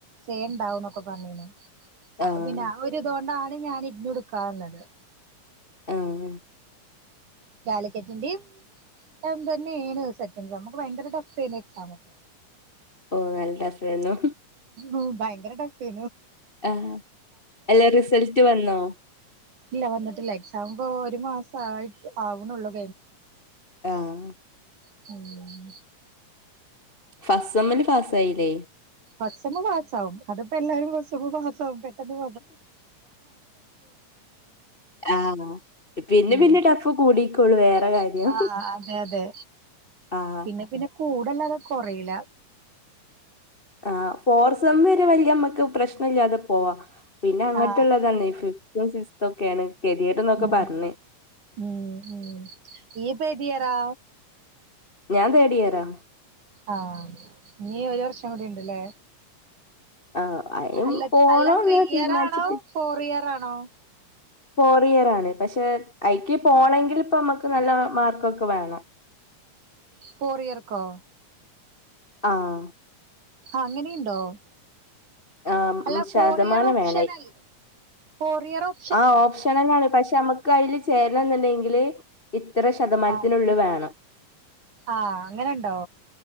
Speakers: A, on the right (about 65°); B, on the left (about 40°).
A: സേണ്ടാവുംന്നൊക്കെ പറഞ്ഞിനു അപ്പൊ
B: ആഹ്
A: പിന്നെ ആ ഒര് ഇതോണ്ടാണ് ഞാൻ ഇഗ്നു ഇട്ക്കാന്നത്
B: ആഹ്
A: കാലിക്കറ്റിന്റിം അതന്നെയാണ് സെക്കന്റ് സമ്മൊക്കൊ ഭയങ്കര ടഫേയിരുന്നു എക്സാമക്കെ
B: ഓ നല്ല. ടഫായിരുന്നു
A: ഓ ഭയങ്കര ടെഫ് <inaudible>
B: ആഹ് അല്ല റിസൾട്ട് വന്നോ
A: ഇല്ല വന്നിട്ടില്ല. എക്സാപൊ ഒരു മാസയിട്ട് ആവ്ണൊള്ളൂ
B: ആഹ
A: <unintelligible>
B: ഫസ്സമ്മൽ പാസായില്ലേ?
A: ഫസ്സമ്മ ഫാസാവും അതിപ്പോ എല്ലാരും ഫാസാവും പെട്ടെന്ന്
B: ആഹ്
A: <unintelligible>
B: പിന്നെ പിന്നെ
A: <unintelligible>
B: ടഫ് കൂടിക്കോളൂ വേറെ കാര്യം
A: ആഹ അതെ അതെ.
B: ആഹ്
A: പിന്നെ പിന്നെ കൂടല്ലാതെ കൊറീല.
B: ആഹ്, ഫോർസം വരെ വലിയ നമ്മക്ക് പ്രശ്ന ഇല്ലാതെ പോവാ. പിന്നെ അങ്ങട്ടുള്ളതാണെ
A: ആ
B: ഈ ഫിഫ്ത്തും സിക്സ്ത്തു ഒക്കെയാണ്. കെതേട്ന്നൊക്കെ
A: ഉം
B: പറഞ്ഞത്.
A: ഉം. ഉം. ഈഇപ്പം ഏതിയറാ?
B: ഞാൻ തേടിയറാ
A: ആഹ നീ ഒരു വർഷം കൂടി ഉണ്ട്ല്ലേ?
B: ആഹ് അയിനും
A: അല്ല
B: പോണോന്ന്
A: അല്ല ത്രീ ഇയർ
B: തീരുമാനിച്ചിട്ട്
A: ആണോ, ഫോർ ഇയർ ആണോ?
B: ഫോറിയറാണ്. പക്ഷെ ഐക്ക് പോണങ്കിൽ ഇപ്പ നമ്മക്ക് നല്ല മാർക്കൊക്കെ വേണം.
A: ഫോറിയർക്കോ?
B: ആഹ്
A: ആഹ അങ്ങനീംണ്ടോ?
B: ആഹ്
A: അല്ല ഫോറിയറും
B: ശതമാനം
A: ഓപ്ഷനൽ
B: വേണം
A: ഫോറിയറും.
B: ആ ഓപ്ഷൻ തന്നെയാണ്. പക്ഷെ നമ്മുക്ക് അയിൽ ചേരാനിന്ടെങ്കിൽ. ഇത്ര ശതമാനത്തിനുള്ളിൽ
A: ആഹ്
B: വേണം.
A: ആഹ്, അങ്ങനെണ്ടോ?